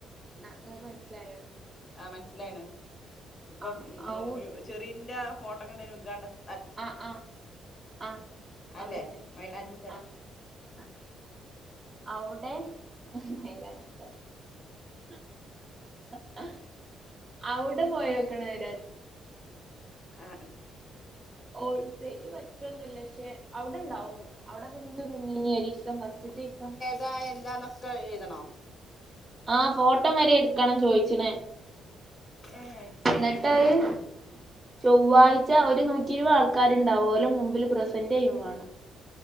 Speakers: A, on the right; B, on the left.
A: ആ ങ്ങക്ക് മനസ്സിലായോ?
B: ആഹ മനസ്സിലായിണ്. അപ്പം
A: ആ ഔ
B: ഉ ചെറീന്റെ ആ ഫോട്ടോക്കെണ്ടായിന് ഉദ്ഘാടനത്
A: ആ ആ അ
B: അല്ലേ
A: അതന്നെ
B: മൈലാഞ്ചിത്തല
A: അ ആ അവ്ടെ ഹ് മൈലാഞ്ചി <unintelligible> അവ്ടെ പോയക്കണ രാജ്
B: ആഹ ഹ
A: ഹോൾസെൽല് പറ്റൊന്നുല്ല പക്ഷെ അവിടെണ്ടാവും അവിടെ പിന്നെ നിന്നിന് ഒരിസം ഫസ്റ്റ്തിസം
B: താ എന്താ നൊക്ക എഴുതണോ?
A: ആ ഫോട്ടം വരെ എട്ക്കണം ചോദയിച്ചി ണ്.
B: ഏാ
A: ന്ന്ട്ടആഹ് ചൊവ്വാഴ് ഒരു നൂറ്റിഇരുപ് ആൾക്കാരുണ്ടാവും ഒലെമുമ്പിൽ പ്രസന്റ് ചെയ്യുവാണം.